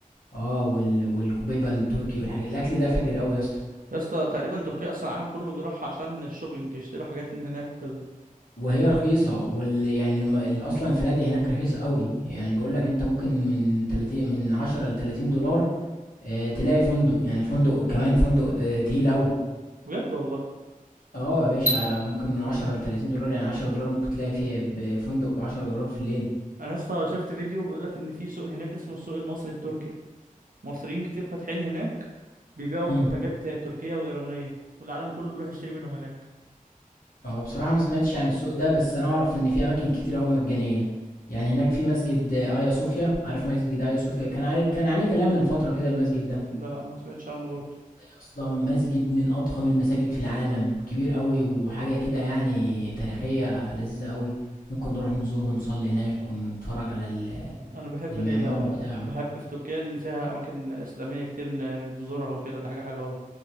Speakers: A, on the left; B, on the right.
A: اه وال... والكبيبه التركي والحاجات الاكل ده فجر قوي يا اسطى
B: يا اسطى تقريبا تركيا اصلا العالم كله بيروح عشان الشوبينج يشتروا حاجات من هناك وكده
A: وهي رخيصه وال... يعني الم... ال- اصلا الفنادق هناك رخيصه قوي يعني بيقول لك انت ممكن من 30 من 10 ل 30 دولار آه تلاقي فندق يعني فندق كمان فندق آه تقيل قوي
B: بجد والله
A: اه يا باشا ممكن من 10 ل 30 دولار يعني 10 دولار ممكن تلاقي فيه بفندق ب 10 دولار في الليله
B: انا يا اسطى شفت فيديو بيقول لك ان في سوق هناك اسمه السوق المصري التركي مصريين كتير فاتحين هناك بيبيعوا
A: امم
B: منتجات تركية وايرانية والعالم كله بيروح يشتري منهم هناك
A: اه بصراحه ما سمعتش عن السوق ده بس انا اعرف ان في اماكن كتير قوي مجانيه يعني هناك في مسجد آه، ايا صوفيا عارف مسجد ايا صوفيا كان عليه كان عليه كلام من فتره كده المسجد ده
B: ده ما سمعتش عنه برضه
A: اصلا مسجد من اضخم المساجد في العالم كبير قوي وحاجه كده يعني تاريخيه لذيذه قوي ممكن نروح نزوره ونصلي هناك ونتفرج على ال-
B: انا بحب
A: المعمار
B: ال...
A: بتاعه
B: بحب في تركيا ان فيها اماكن اسلامية كتير ان تزورها وكده ده حاجة حلوة قوي